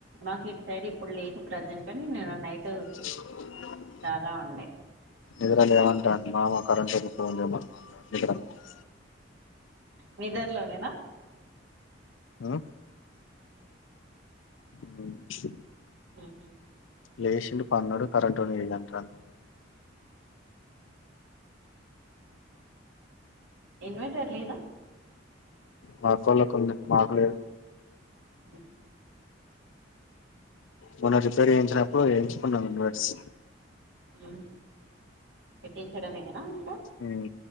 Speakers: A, on the right; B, on the left.
A: మాకు ఇటు సైడ్ ఇప్పుడు లేదు ప్రజెంట్ గని నా నైట్
B: <inaudible>
A: చాలా ఉండాయ్
B: నిద్దరాక ఏమంటాండు మామ కరెంటోనికి ఫోన్ చేయ్ మామ అంటాండు <unintelligible>
A: నిదర్లో నేనా
B: ఆ అవును
A: ఉమ్ హ్
B: లేషిండు పన్నడు కరెంటోనికి చెయ్ అంటాడు
A: ఇన్వర్టర్ లేదా
B: మాక్కోళ్లకు ఉంది మాకు లేదు
A: ఉమ్
B: మొన్న రిపేర్ చేయించిన్నప్పుడు వేయించుకున్నమం ఇన్వర్టర్
A: ఉమ్ పెట్టించడమేనా ఇంకా
B: ఉమ్